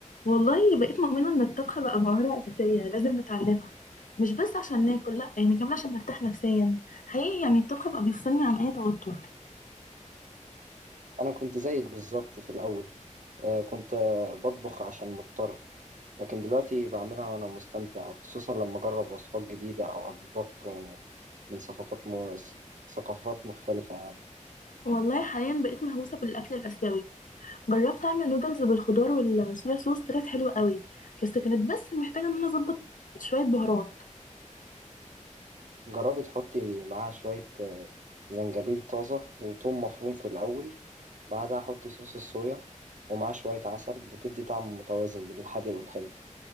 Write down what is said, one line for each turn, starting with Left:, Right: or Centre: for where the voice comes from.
Left: والله بقيت مؤمنة إن الطبخ بقى مهارة أساسية لازم نتعلمها مش بس عشان ناكل لأ يعني كمان عشان نرتاح نفسيا حقيقي يعني الطبخ بقى بيفصلني عن أي توتر
Right: أنا كنت زيك بالظبط في الأول آه، كنت آه، بطبخ عشان مضطر لكن دلوقتي بعملها وأنا مستمتع خصوصا لما أجرب وصفات جديدة أو أطباق آه، من ثقافات م... ثقافات مختلفة يعني
Left: والله حاليا بقيت مهووسة بالأكل الآسيوي جربت أعمل نودلز بالخضار والصويا صوص طلعت حلوة قوي بس كانت بس محتاجة إن أنا أظبط شوية بهارات
Right: جربي تحطي معاها شوية آه، زنجبيل طازة وثوم مفروم في الأول بعدها حطي صوص الصويا ومعاه شوية عسل بتدي طعم متوازن بين الحادق والحلو